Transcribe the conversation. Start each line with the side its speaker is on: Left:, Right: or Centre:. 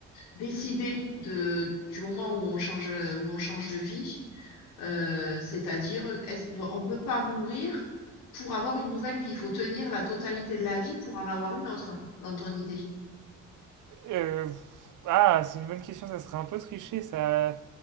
Left: décider de, du moment où on change, où on change de vie Heu, c'est-à-dire, est-ce do on ne peut pas mourir pour avoir une nouvelle vie. Il faut tenir la totalité de la vie pour en avoir une autre, dans ton idée.
Right: Euh, ah, c'est une bonne question, ça serait un peu triché, ça.